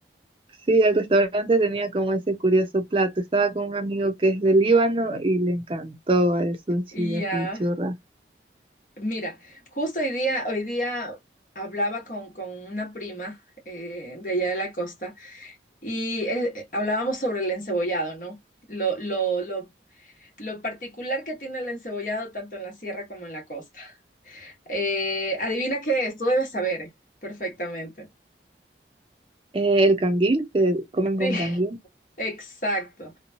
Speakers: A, on the right (about 30°); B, on the left (about 50°).
A: Sí, el restaurante tenía como ese curioso plato. Estaba con un amigo que es de Líbano y le encantó el sushi
B: Ya.
A: así churrasco.
B: Mira, justo hoy día, hoy día hablaba con, con una prima eh, de allá de la costa y eh, hablábamos sobre el encebollado, ¿no? Lo, lo, lo, lo particular que tiene el encebollado tanto en la sierra como en la costa. Eh, adivina qué es, tú debes saber perfectamente. <laughs>
A: Eh, el canguil, que comen
B: Sí,
A: con canguil.
B: exacto.